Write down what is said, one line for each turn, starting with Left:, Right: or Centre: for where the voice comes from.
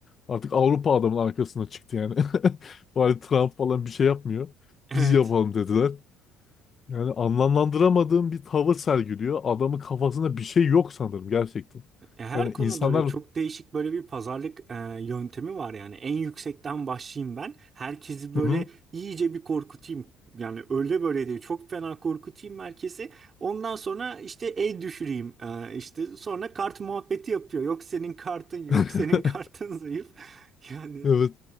Left: Artık Avrupa adamın arkasına çıktı yani. <laughs> Bari Trump falan bir şey yapmıyor.
Right: <laughs> Evet.
Left: Biz yapalım dediler. Yani anlamlandıramadığım bir tavır sergiliyor. Adamın kafasında bir şey yok sanırım gerçekten.
Right: E, Her
Left: Yani
Right: konuda
Left: insanlar
Right: öyle çok değişik böyle bir pazarlık e, yöntemi var yani. En yüksekten başlayayım ben. Herkesi böyle
Left: Hı hı.
Right: iyice bir korkutayım. Yani öyle böyle değil. Çok fena korkutayım herkesi. Ondan sonra işte el düşüreyim. E, işte sonra kart muhabbeti yapıyor. Yok senin kartın yok.
Left: <laughs>
Right: Senin kartın zayıf. <laughs> Yani
Left: Evet.